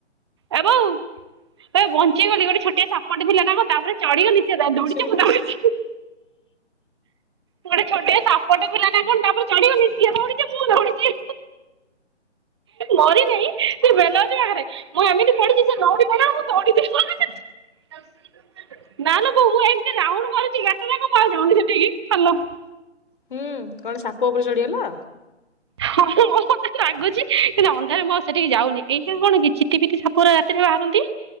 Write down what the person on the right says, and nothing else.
ଏ ବୋଉ ଏ ବଞ୍ଚିଗଲି ଗୋଟେ ଛୋଟିଆ ସାପ ଟେ ଥିଲା ନା କଣ ତା ପରେ ଚିଢିଗଲି ସେ ର- ଦୌଡ଼ିଛି,
ମୁଁ <unintelligible> ମୁଁ ଗୋଟେ ଛୋଟିଆ ସାପ ଟେ ଥିଲା ନା କଣ ତାପରେ ଚଢିଗନି, ସିଏ ଦୌଡିଚି ମୁଁ ଦୌଡିଚି। ମରି ନାହିଁ, ସେ ବେଲ ଗଛ ପାଖରେ ମୁଁ ଏମିତି ପଢଚି ସେ ନଉଟି ପଇଲା ମୁଁ ଦୌଡିଚି, ପଡିଚି। <unintelligible> ନାଲୋ ବୋଉ ମୁ ଏମିତି ରାଉଣ୍ଡ କରିଛି ଏକ ଯାକ କୁଆଡେ ଯାଉନି ସେଠିକି ହାଲ।
ହଁଁ ମତେ ଲାଗୁଛି କିନ୍ତୁ ଅନ୍ଧାରେ ମୋ ସେଠିକି ଯାଉନି ଏଇ କଣ କି ଚିତି ପିତି ସାପ ଗୁରା ରାତିରେ ବାହାରନ୍ତି।